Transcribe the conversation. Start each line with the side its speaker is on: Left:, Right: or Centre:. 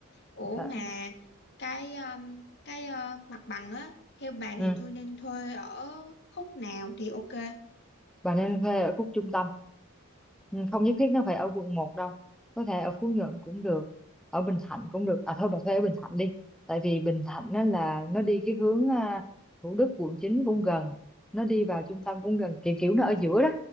Left: Ủa
Centre: Đã.
Left: mà cái um, cái ờ, mặt bằng á theo bà thì
Centre: Ừ.
Left: tôi nên thuê ở khúc nào thì ok.
Centre: Bà nên thuê ở khúc trung tâm. Ừ, Không nhất thiết nó phải ở quận một đâu. Có thể ở Phú Nhuận cũng được, ở Bình Thạnh cũng được. À thôi bà thuê ở Bình Thạnh đi. Tại vì Bình Thạnh nó là nó đi cái hướng à, Thủ Đức quận 9 cũng gần, nó đi vào trung tâm cũng gần, kiểu kiểu nó ở giữa đó.